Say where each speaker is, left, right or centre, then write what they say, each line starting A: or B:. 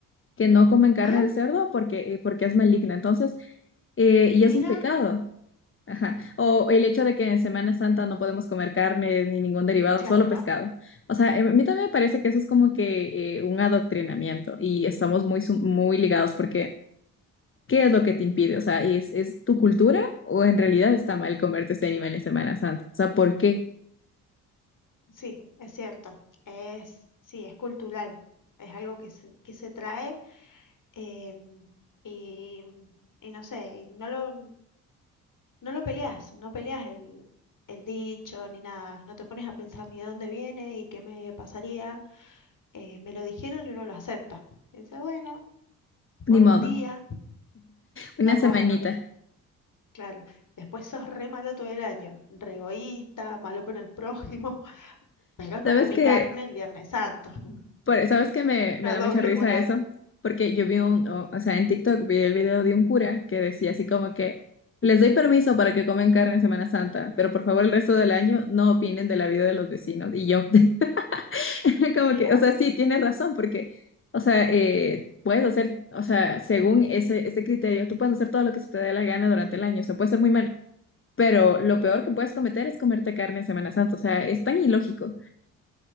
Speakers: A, on the left; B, on the left.
A: que no comen carne
B: Ah,
A: de cerdo porque, eh, porque es maligna. Entonces, eh, y
B: mira,
A: es un pecado. Ajá. O el hecho de que en Semana Santa no podemos comer carne ni ningún derivado,
B: claro,
A: solo pescado. O sea, eh, a mí también me parece que eso es como que eh, un adoctrinamiento y estamos muy, sum- muy ligados porque ¿qué es lo que te impide? O sea, ¿es, es tu cultura o en realidad está mal comerte este animal en Semana Santa? O sea, ¿por qué?
B: sí, es cierto. Es, sí, es cultural. Es algo que se, que se trae em, y, y no sé, y no lo, no lo peleas, no peleas el, el dicho ni nada. No te pones a pensar ni de dónde viene y qué me pasaría. Eh, me lo dijeron y uno lo acepta. Dice, bueno, por
A: Ni modo.
B: un día no
A: Una semanita.
B: como. Claro, después sos re malo todo el año, re egoísta, malo con el prójimo, <laughs> pero no
A: ¿Sabes
B: comí
A: qué?
B: carne el Viernes Santo. <laughs>
A: Por- ¿sabes qué me, me
B: La
A: da
B: doble
A: mucha risa
B: moral.
A: eso? Porque yo vi un, o, o sea, en TikTok vi el video de un cura que decía así como que les doy permiso para que comen carne en Semana Santa, pero por favor el resto del año no opinen de la vida de los vecinos. Y yo, <laughs> como
B: Claro.
A: que, o sea, sí, tienes razón, porque, o sea, eh, puedes hacer, o sea, según ese, ese criterio, tú puedes hacer todo lo que se te dé la gana durante el año, o sea, puede ser muy malo, pero lo peor que puedes cometer es comerte carne en Semana Santa, o sea, es tan ilógico.